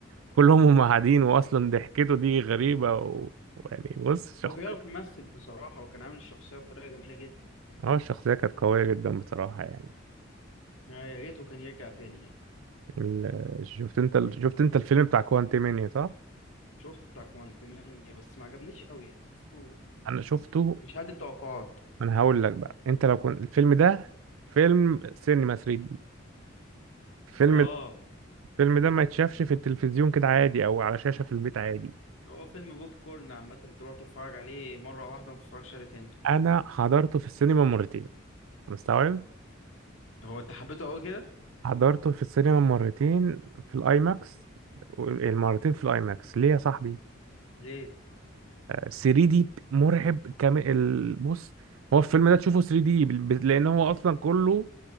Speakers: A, on the right; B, on the left.
A: كلهم هم قاعدين واصلا ضحكته دي غريبة و... ويعني بص شخصية
B: هو بيعرف يمثل بصراحه وكان عامل الشخصيه بطريقه جميله جدا
A: اه الشخصية كانت قوية جدا بصراحة يعني
B: يعني يا ريته كان يرجع تاني يعني
A: ال... شفت انت ال... شفت انت الفيلم بتاع كوانتي مانيا صح؟
B: شفت بتاع كوانتمانيا بس ما عجبنيش قوي يعني حسيته
A: انا شفته
B: مش قد التوقعات
A: انا هقول لك بقى انت لو كنت الفيلم ده فيلم سينما 3 دي الفيلم
B: اه
A: الفيلم ده ما يتشافش في التلفزيون كده عادي او على شاشة في البيت عادي
B: هو فيلم بوب كورن عامة تروح تتفرج عليه مرة واحدة ما تتفرجش عليه تاني
A: انا حضرته في السينما مرتين مستوعب
B: هو انت حبيته قوي كده
A: حضرته في السينما مرتين في الاي ماكس المرتين في الاي ماكس ليه يا صاحبي
B: ليه؟
A: 3 دي مرعب كامل بص هو الفيلم ده تشوفه 3 دي بال- ب- لان هو اصلا كله